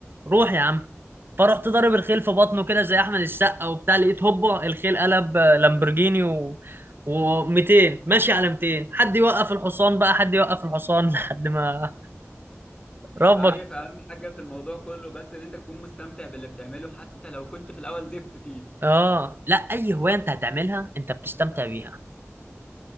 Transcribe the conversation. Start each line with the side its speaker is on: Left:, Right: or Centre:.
Right: روح يا عم فرحت ضارب الخيل في بطنه كده زي احمد السقا وبتاع لقيت هوبا الخيل قلب آه، لامبرجيني و و200 ماشي على 200 حد يوقف الحصان بقى حد
Left: <laughs>
Right: يوقف الحصان <laughs> لحد ما ربك
Left: عارف اهم حاجه في الموضوع كله بس ان انت تكون مستمتع باللي بتعمله حتى لو كنت في الاول زفت فيه
Right: اه لا اي هوايه انت هتعملها انت بتستمتع بيها